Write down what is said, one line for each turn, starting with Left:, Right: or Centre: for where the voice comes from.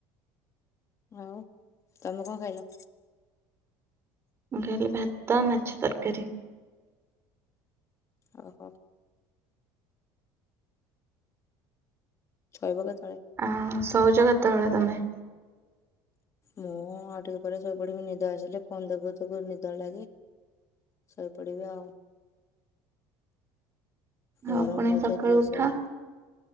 Left: ଆଉ ତମେ କଣ ଖାଇଲ?
Right: ମୁଁ ଖାଇଲି ଭାତ, ମାଛ ତରକାରୀ।
Left: ଓହୋ। ଛୋଇବ କେତେ ବେଳେ?
Right: ଆଉ ଶଉଚ କେତେବେଳେ ତମେ?
Left: ମୁଁ ଆଉ ଟିକେ ପରେ ଶୋଇପଡ଼ିମି ନିଦ ଆସିଲେ ଫୋନ୍ ଦେଖୁ ଦେଖୁ ନିଦ ଲାଗେ। ଶୋଇପଡ଼ିବା ଆଉ।
Right: ହଁ
Left: ଗରମ
Right: ପୁଣି
Left: ହଉଛି
Right: ସକାଳୁ
Left: ଆଜି ଜୋରସୋରେ
Right: ଉଠ।